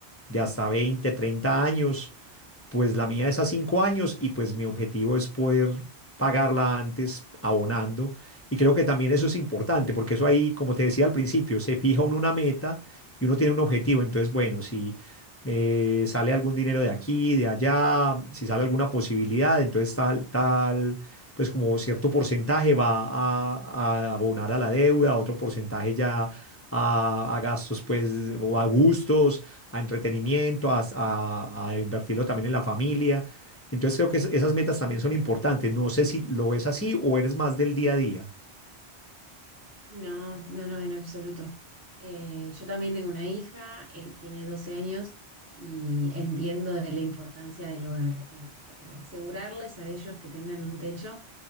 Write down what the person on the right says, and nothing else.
No, no, no, en absoluto. Eh, yo también tengo una hija, eh, tiene 12 años y entiendo de la importancia del hogar. Eh, pa- eh, asegurarles a ellos que tengan un techo